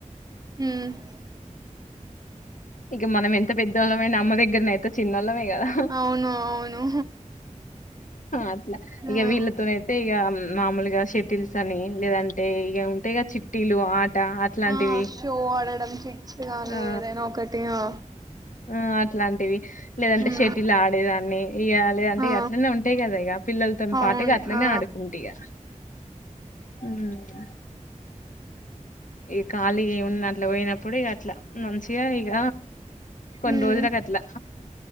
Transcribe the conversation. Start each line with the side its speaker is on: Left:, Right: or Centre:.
Right: హ్మ్
Left: ఇక మనం ఎంత పెద్దవాళ్ళమైన అమ్మ దగ్గరనయి ఇక చిన్నోళ్ళమే కదా
Right: అవును అవును
Left: అట్ల ఇక
Right: ఆ
Left: వీళ్ళతోనయితే ఇగ మాములుగా సే తెల్సానిన్ లేదంటే ఇగ ఉంటాయి కదా చిట్ టిలు ఆ అట్లాంటివి
Right: ఆ షో ఆడడం కిడ్స్ గానీ
Left: ఆ
Right: ఏదైనా ఒకటి ఆ
Left: ఆ అట్లాంటివి లేదంటే
Right: హ్మ్
Left: శేటిల్ ఆడేదాన్ని ఇగ లేదంట
Right: ఆ
Left: ఇ అట్లనే ఉంటాయి కదా ఇగ పిల్లలతో
Right: అవును
Left: పాటుగా అట్లనే
Right: ఆ
Left: ఆడుకుంటి ఇగ హ్మ్ ఈ ఖాళీగా ఏమున్న అట్ల పోయినప్పుడు ఇగ ట్ల మంచిగా ఇగ కొన్ని
Right: హ్మ్
Left: రోజుల కట్ల